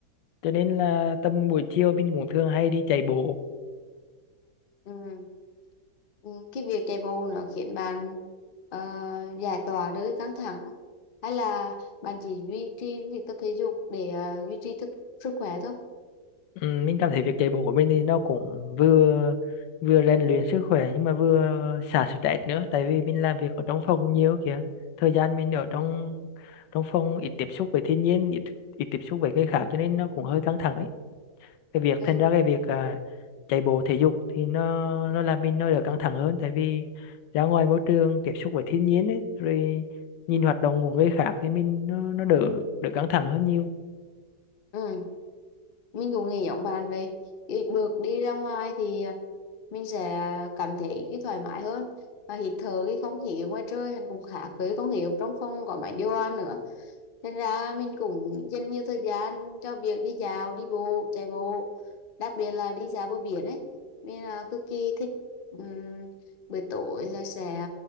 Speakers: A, on the left (about 80°); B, on the left (about 45°).
A: cho nên là tầm buổi chiều mình cũng thường hay đi chạy bộ
B: ừ. Ừ, cái việc chạy bộ nó khiến bạn ờ, giải tỏa đôi căng thẳng không hay là bạn chỉ duy trì việc tập thể dục để ờ, duy trì thức, sức khỏe thôi
A: ừ, mình cảm thấy việc chạy bộ của mình thì nó cũng vừa vừa rèn luyện sức khỏe nhưng mà vừa xả stress nữa tại vì mình làm việc ở trong phòng nhiều kìa thời gian mình ở trong trong phòng ít tiếp xúc với thiên nhiên ít, ít tiếp xúc với người khác cho nên nó cũng hơi căng thẳng ấy cái việc
B: ừ.
A: thành ra cái việc à, chạy bộ thể dục thì nó nó làm mình nó đỡ căng thẳng hơn tại vì ra ngoài môi trường tiếp xúc với thiên nhiên ấy rồi nhìn hoạt động của người khác thì mình nó, nó đỡ đỡ căng thẳng hơn nhiều
B: Ừ. mình cũng nghĩ giống bạn vậy Thì được đi ra ngoài thì à, mình sẽ cảm thấy cái thoải mái hơn và hít thở cái không khí ở ngoài trời hắn cũng khác với không khí ở trong phòng có máy điều hòa nữa Thế ra mình cũng dành nhiều thời gian cho việc đi dạo, đi bộ, chạy bộ, đặc biệt là đi dạo bờ biển ấy. Mình là cực kỳ thích ừm, buổi tối là sẽ